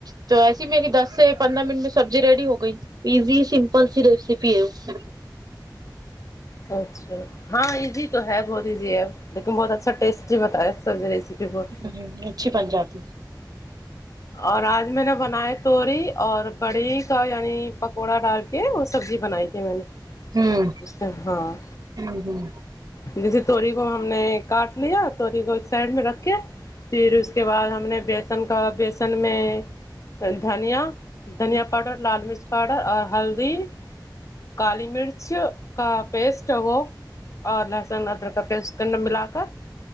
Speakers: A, on the right; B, on the left.
A: تو ایسی میری دس سے پندرہ منٹ میں سبزی ریڈی ہو گئی ایزی سمپل سی ریسیپی ہے وہ
B: کا اچھا ہاں ایزی تو ہے بہت ایزی ہے لیکن بہت اچھا ٹیسٹی بتا ہے سب ریسیپی بہت
A: ہوں اچھی بن جاتی
B: اور آج میں نے بناائے تور اور بڑی کا یعنی پکوڑا ڈال کیا وہ سبزی بنائی تھی میں نے
A: ہوں
B: اس نے ہاں
A: ہوں ہوں ہوں
B: جیسے تور کو ہم نے کاٹ لیا تو لیور کو سائڈ میں رکھ کے پھر اس کے بعد ہم نے بیسن کا کل میں دھنیا دھنیا پاؤڈر لال مرچ پاؤڈر اور ہلدی کالی مرچ کا پیسٹ وہ اور لہسن ادرک کا پیسٹ ان کے اندر ملا کر